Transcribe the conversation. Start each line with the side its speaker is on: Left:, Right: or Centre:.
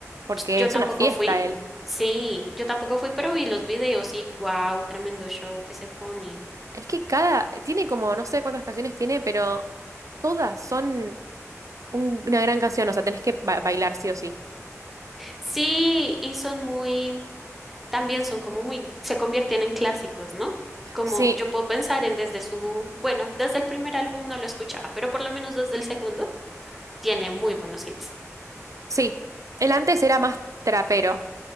Right: Porque
Centre: Yo
Right: es
Centre: tampoco
Right: una fiesta
Centre: fui.
Right: él.
Centre: Sí, yo tampoco fui, pero vi los videos y wow, tremendo show que se ponen.
Right: Es que cada, tiene como, no sé cuántas canciones tiene, pero todas son un- una gran canción. O sea, tenés que ba- bailar sí o sí.
Centre: Sí, y son muy también son como muy, se convierten en clásicos, ¿no? Como
Right: Sí,
Centre: yo puedo pensar en desde su, bueno, desde el primer álbum no lo escuchaba, pero por lo menos desde el segundo tiene muy buenos hits.
Right: Sí, el antes era más trapero,